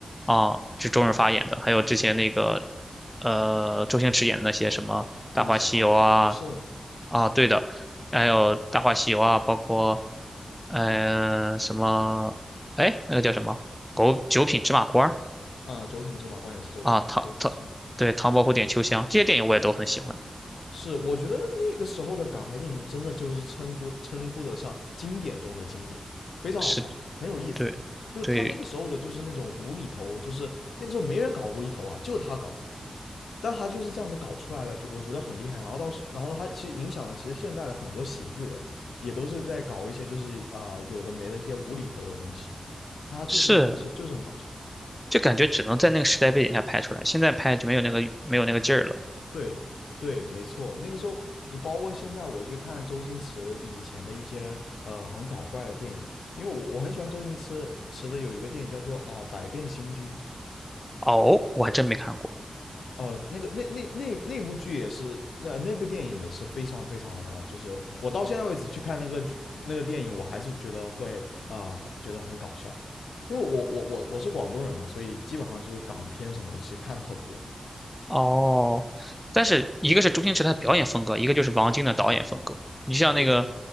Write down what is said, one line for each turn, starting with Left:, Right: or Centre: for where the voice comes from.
Centre: 啊，就周润发演的，还有之前那个，呃，周星驰演的那些什么《大话西游》啊，
Left: 《赌侠》《赌圣》
Centre: 啊，对的，还有《大话西游》啊，包括呃什么，哎，那个叫什么《狗九品芝麻官》儿
Left: 啊，呃九品芝麻官》也是周周星驰的。
Centre: 啊，唐唐对唐伯虎点秋香这些电影我也都很喜欢，
Left: 是，我觉得那个时候的港台电影真的就是称呼称呼得上经典中的经典，非常好看，
Centre: 是，
Left: 很有意思。
Centre: 对，
Left: 就是他那个时候的，
Centre: 对，
Left: 就是那种无厘头，就是那个时候没人搞无厘头啊，就他搞，但他就是这样子搞出来了，就我觉得很厉害。然后到，然后他其实影响了，其实现代的很多喜剧人也都是在搞一些就是啊、呃有的没的一些无厘头的东西，他就是就是就是很搞笑。
Centre: 是，就感觉只能在那个时代背景下拍出来，现在拍就没有那个没有那个劲儿了。
Left: 对对，没错。那个时候你包括现在我去看周星驰以前的一些呃很搞怪的电影，因为我我很喜欢周星驰驰的有一个电影叫做啊、呃百变星君》，
Centre: 哦，我还真没看过。
Left: 哦，呃那个那那那那部剧也是，那那部电影也是非常非常的，就是我到现在为止去看那个那个电影，我还是觉得会啊、呃觉得很搞笑，因为我我我我是广东人嘛，所以基本上就是港片什么的，其实看了很多。
Centre: 哦，但是一个是周星驰他的表演风格，一个就是王晶的导演风格。你像那个
Left: 对